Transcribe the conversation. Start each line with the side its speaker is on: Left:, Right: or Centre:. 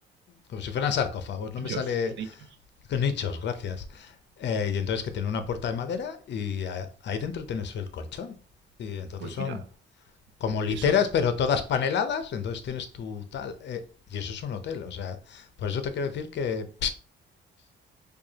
Left: como si fueran sarcófagos,
Right: Los
Left: no
Right: nichos,
Left: me sale
Right: los nichos.
Left: nichos, gracias. Eh, y entonces que tiene una puerta de madera y a- ahí dentro tienes el colchón. Y entonces
Right: Pues
Left: son
Right: mira,
Left: como literas,
Right: eso.
Left: pero todas paneladas, entonces tienes tu tal. eh, y eso es un hotel, o sea, por eso te quiero decir que,